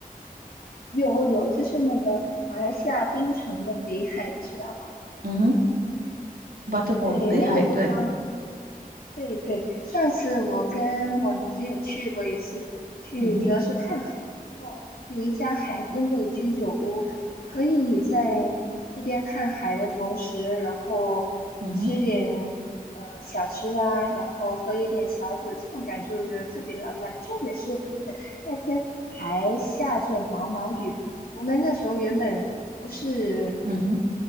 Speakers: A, on the left; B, on the right.
A: 有有，就是那个马来西亚槟城的北海，你知道吧？
B: 嗯哼 b u t t e r w
A: 对，
B: a l 北海，
A: 那个地方，
B: 对，
A: 对对。上次我跟我男朋友去过一次，去主要是看海，
B: 嗯哼，
A: 然后有一家海边的居酒屋，可以在一边看海的同时，然后吃点呃小吃啊，
B: 嗯哼，
A: 然后喝一点小酒，这种感觉我觉得特别浪漫。重点是那天还下着毛毛雨。我们那时候原本不是
B: 嗯哼，